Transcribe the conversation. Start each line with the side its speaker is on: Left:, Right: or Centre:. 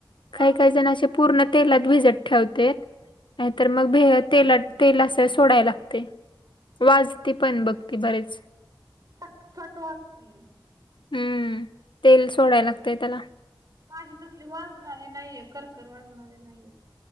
Left: काही
Right: आहे
Left: काही
Right: की
Left: जण असे पूर्ण तेलात भिजत ठेवतेत नाहीतर मग भेत तेलात तेल असं सोडायला लागतय वाजते पण बघते बरेच.
Right: फटफट वाजती.
Left: हम्म तेल सोडाय लागतय त्याला.
Right: माझी तसली वाजणारी नाहीय करकर वाजणारी नाहीय.